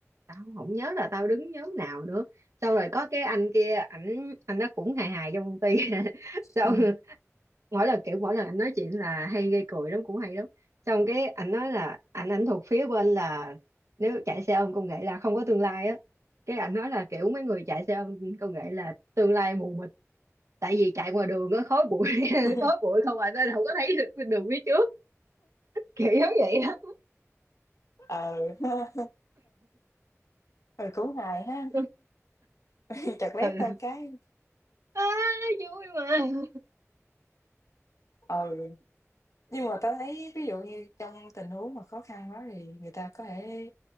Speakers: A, on the right (about 70°); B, on the left (about 75°).
A: tao không nhớ là tao đứng nhóm nào nữa xong rồi có cái anh kia ảnh anh nó cũng hài hài trong công ty <laughs> xong
B: Ừ.
A: mỗi lần kiểu mỗi lần anh nói chuyện là hay gây cười lắm cũng hay lắm xong cái anh nói là anh anh thuộc phía bên là nếu chạy xe ôm công nghệ là không có tương lai á cái anh nói là kiểu mấy người chạy xe ôm công nghệ là tương lai mù mịt tại vì chạy ngoài đường nó khói bụi <laughs>
B: <laughs>
A: khói bụi không à nên không có thấy được đường phía trước kiểu giống vậy đó
B: Ờ, ha. Ừ, cũng hài ha,
A: <laughs>
B: <laughs> chợt lét
A: ừ
B: tao cái
A: à, vui mà
B: ừ, nhưng mà tao thấy ví dụ như trong tình huống mà khó khăn quá thì người ta có thể